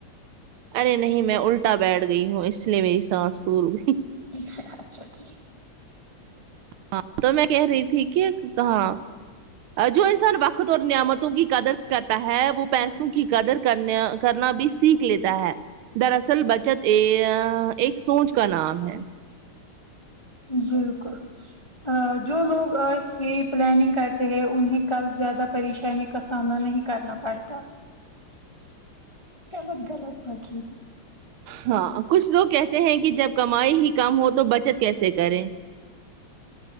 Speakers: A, on the right; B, on the left.
A: ارے نہیں میں الٹا بیٹھ گئی ہوں اس لیے میری سانس پھول گئی
B: اچھا ٹھیک
A: ہاں تو میں کہہ رہی تھی کہ کہاں جو انسان وقت اور نعمتوں کی قدر کرتا ہے وہ پیسوں کی قدر کرنے کرنا بھی سیکھ لیتا ہے دراصل بچت ا ایک سوچ کا نام ہے
B: بالکل جو لوگ آج سے پلاننگ کرتے ہیں انہیں کل زیادہ پریشانی کا سامنا نہیں کرنا پڑتا غلط غلط پڑ ری ہے
A: ہاں کچھ لوگ کہتے ہیں کہ جب کمائی ہی کم ہو تو بچت کیسے کریں